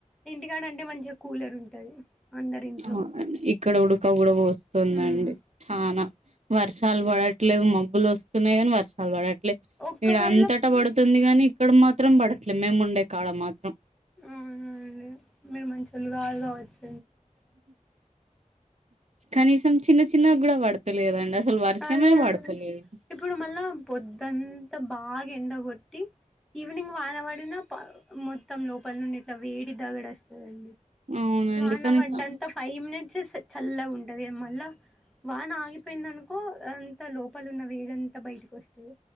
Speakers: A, in the centre; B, on the right.
A: ఇంటికాడ అంటే మంచిగా కూలర్ ఉంటది అందరి ఇంట్లో
B: ఆ ఇక్కడ ఉడక కూడా పోస్తుందండి
A: ఉమ్
B: చానా వర్షాలు పడట్లేదు మబ్బులు వస్తున్నాయి కానీ వర్షాలు పడట్లేదు
A: ఒక్కవేళ
B: ఈడ అంతటా పడుతుంది గానీ ఇక్కడ మాత్రం పడట్లేదు మేము ఉండే కాళ్ళ మాత్రం
A: అవునండి మీరు మంచోళ్లు కాదు కావచ్చు
B: కనీసం చిన్న చిన్న కూడా పడుత త లేదండి అసలు వర్షమే
A: అదే
B: పడతలేదు
A: ఇప్పుడు మళ్ళా పొద్దంతా బాగా ఎండగొట్టి ఈవినింగ్ వానవడిన ప మొత్తం లోపల నుండి ఇట్లా వేడి దగడ వస్తదండి
B: అవునండి
A: వాన
B: కనీసం
A: పడ్డంతా ఫైవ్ మినిట్స్ చల్లగా ఉంటది ఇగ మళ్ళ వాన ఆగిపోయింది అనుకో అంత లోపలున్న వేడంతా బయటకి వస్తది